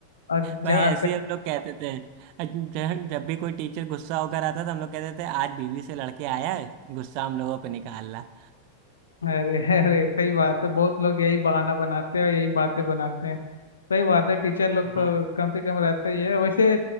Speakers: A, on the left (about 70°); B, on the right (about 45°).
A: और
B: भाई
A: जहाँ
B: ऐसे
A: तक
B: ही हम लोग कहते थे जब जब भी कोई टीचर गुस्सा होकर आता था हम लोग कहते थे आज बीवी से लड़के आया है गुस्सा हम लोगों पे निकालना
A: अरे अरे सही बात है बहुत लोग यही बहाना बनाते हैं और यही बातें बनाते हैं सही बात है टीचर लोग तो
B: हाँ
A: कम से कम रहते ही है वैसे